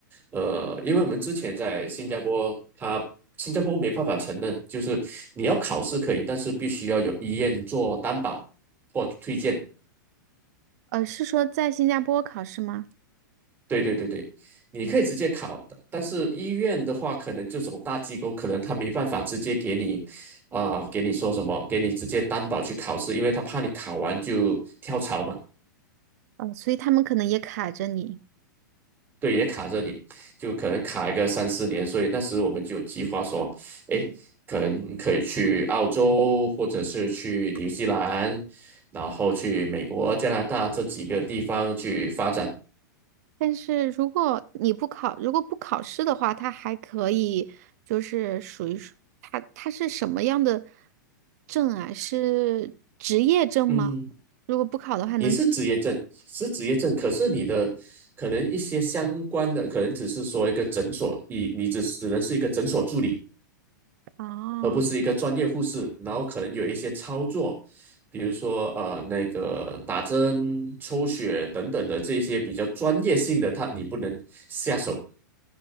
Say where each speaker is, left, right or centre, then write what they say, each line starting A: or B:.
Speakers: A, on the right (about 20°); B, on the right (about 50°).
A: 呃，因为我们之前在新加坡，它新加坡没办法承认，就是你要考试可以，但是必须要有医院做担保或推荐。
B: 呃，是说在新加坡考试吗？
A: 对对对对，你可以直接考的，
B: 嗯，
A: 但是医院的话，可能这种大机构可能他没办法直接给你，啊、给你说什么，给你直接担保去考试，因为他怕你考完就跳槽嘛。
B: 呃，所以他们可能也卡着你。
A: 对，也卡着你，就可能卡一个三四年，所以那时我们就有计划说，哎，可能可以去澳洲，或者是去新西兰，然后去美国、加拿大这几个地方去发展。
B: 但是如果你不考，如果不考试的话，他还可以，就是属于是他他是什么样的证啊？是职业证吗？
A: 嗯，
B: 如果不考的话，能
A: 也是职业证，是职业证，可是你的可能一些相关的，可能只是说一个诊所，你你只只能是一个诊所助理。
B: 哦，
A: 而不是一个专业护士，然后可能有一些操作，比如说呃那个打针、抽血等等的这些比较专业性的，他你不能下手。